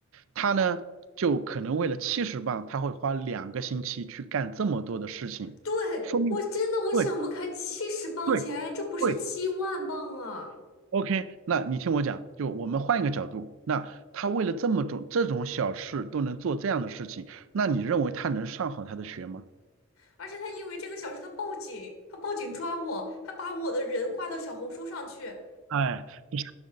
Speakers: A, on the right; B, on the left.
A: 她呢就可能为了七十磅，她会花两个星期去干这么多的事情，
B: 对，
A: 说明
B: 我真的我想不开，
A: 对
B: 七十磅钱，
A: 对
B: 这不是七万磅啊！
A: 对 o k 那你听我讲，就我们换一个角度，那他为了这么种这种小事都能做这样的事情，那你认为他能上好他的学吗？
B: 而且他因为这个小事，他报警，他报警抓我，他把我的人挂到小红书上去。
A: 哎，不是